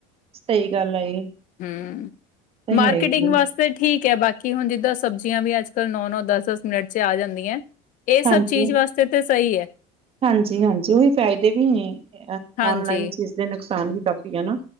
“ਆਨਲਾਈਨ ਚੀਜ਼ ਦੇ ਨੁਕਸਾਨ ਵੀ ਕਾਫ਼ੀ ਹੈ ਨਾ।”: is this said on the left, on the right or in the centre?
Right